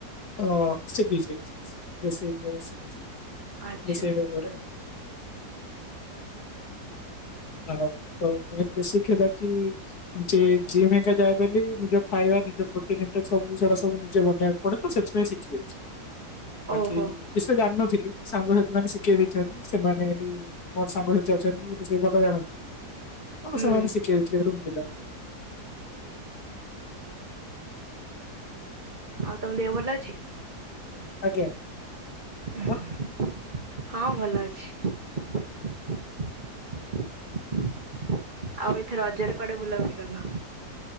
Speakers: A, on the left (about 65°); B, on the right (about 30°).
A: ହଁ, ଶିଖିଛି। ରୋଷେଇ ଶିଖିଛି,
B: ଆଚ୍ଛା
A: ରୋଷେଇ କରେ। ଆଉ, ତ ମେନ୍ ବେସିକ୍ ହେଲା କି ଯେ ଜିମ୍ ହେଇକା ଯାଏ ବେଲି, ନିଜ ଖାଇବା, ନିଜ ପ୍ରୋଟିନ୍ ଇଣ୍ଟେକ୍ ସବୁ ସେଡା ସବୁ, ନିଜେ ବନେଇବାକୁ ପଡେ ତ ସେ ନାଇଁ ଶିଖିଯାଇଛି, ବାକି
B: ଓହୋ
A: କିସିତ ଜାଣିନଥିଲି? ସାଙ୍ଗସାଥି ମାନେ ଶିଖେଇ ଦେଇଛନ୍ତି। ସେମାନେ ବି ମୋର ସାଙ୍ଗସାଥିୀ ଅଛନ୍ତି <inaudible> ସେ ଭଲ ଜାଣନ୍ତି, ହଁ
B: ହୁଁ
A: ସେମାନେ ଶିଖେଇ ଦେଇଥିଲେ, ରୁମ୍ ପିଲା।
B: ଆଉ ତମ ଦେହ ଭଲ ଅଛି?
A: ଆଜ୍ଞା। ମୁଁ ବଢିଆ। ଆପଣ
B: ହୁଁ, ହଁ, ଭଲ ଅଛି। ଆଉ ଏଥର ରଜରେ କୁଆଡେ ବୁଲାବୁଲି କରିନ?